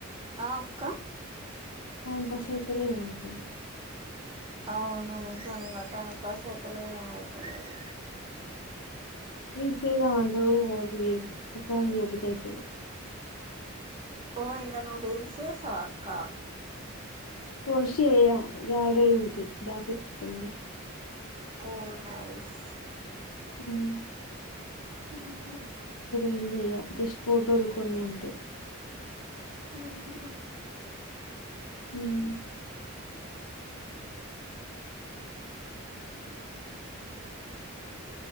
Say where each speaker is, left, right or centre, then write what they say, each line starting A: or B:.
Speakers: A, on the right; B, on the left.
A: ఆ అక్క
B: టైమ్ పాస్ అయితలేదు ఏం అయితలేదు.
A: అవును నిజంగా టైం పాస్ అయితలేదు ఏమవుతలేదు
B: రీల్స్ చేదాము అంటావు ఉంటూ వర్లిరు మొత్తానికి చేయబుద్ధి అయితలేదు.
A: ఓ ఇంకా రీల్స్ చేస్తావా అక్క
B: పోస్ట్ చేయ్య గ్యాలరీల ఉంటాయి దా పెట్టుకుంట నేను
A: ఓ నైస్
B: ఉమ్
A: ఊహూ
B: ఏం చెయ్యా జస్ట్ ఫోటోలు కొన్ని అంతే
A: ఆహా
B: మ్మ్